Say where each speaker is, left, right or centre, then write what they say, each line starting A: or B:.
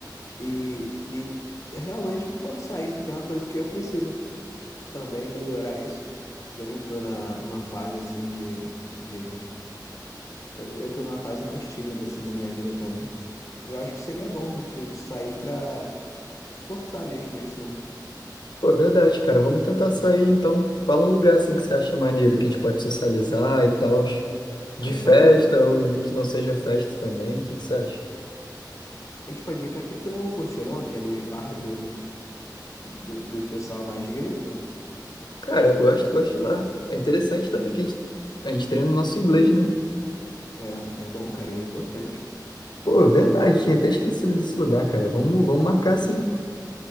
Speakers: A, on the left (about 45°); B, on the left (about 70°).
A: e, e realmente forçar isso, porque é uma coisa que eu preciso também melhorar isso. Que eu não tô na, numa fase assim de. de Eu, eu tô numa fase mais tímida, assim, da minha vida também. Eu acho que seria bom a gente sair pra forçar mesmo isso, né?
B: Pô, é verdade, cara. Vamos tentar sair então. Fala um lugar assim que você acha maneiro, que a gente pode socializar e tal. De
A: A gente
B: festa
A: pode ir pra...
B: ou que não seja festa também. O que que você acha?
A: A gente pode ir pra que tu não curtiu, não? Aquele bar do, do, dos pessoal mais gringo?
B: Cara, eu gosto, gosto de lá. É interessante também que a gente, a gente treina o nosso inglês, né?
A: É, é bom, cara, é importante.
B: Pô, é verdade, tinha até esquecido desse lugar, cara. Vamos, vamos marcar sim.